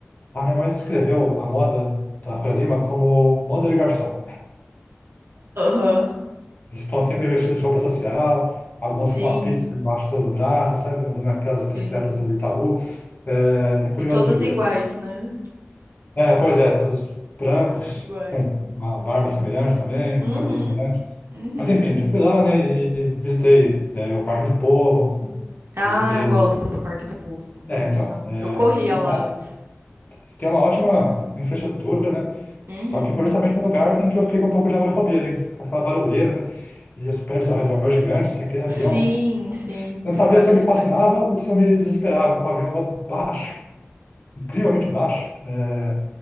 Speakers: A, on the left (about 40°); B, on the right (about 65°).
A: a minha mãe descreveu a moda da Faria Lima como moda de garçom.
B: Aham.
A: Eles estão sempre vestidos de roupa social, alguns
B: Sim.
A: com a pizza embaixo do braço, sabe? Andando naquelas bicicletas
B: Sim.
A: do Itaú. É, é curioso
B: E todas
A: de ver,
B: iguais,
A: assim.
B: né?
A: É, pois é, todos brancos,
B: Todas Iguais.
A: com uma barba semelhante também, um
B: Uhum.
A: cabelo semelhante.
B: Uhum.
A: Mas enfim, já fui lá, né, e visitei, é, o Parque do Povo,
B: Ah,
A: visitei...
B: eu gosto do Parque do Povo.
A: É,
B: É bem
A: então,
B: legal.
A: é,
B: Eu corria
A: fantástico.
B: lá antes.
A: tem uma ótima infraestrutura, né?
B: Uhum.
A: Só que foi justamente um lugar em que eu fiquei com um pouco de agorafobia ali, com aquela barulheira, né? E os prédios ao redor gigantes, e aquele avião.
B: Sim, sim,
A: Não
B: tem
A: sabia
B: vários
A: se eu me fascinava
B: prédios.
A: ou se eu me desesperava com o avião voando baixo, incrivelmente baixo, é,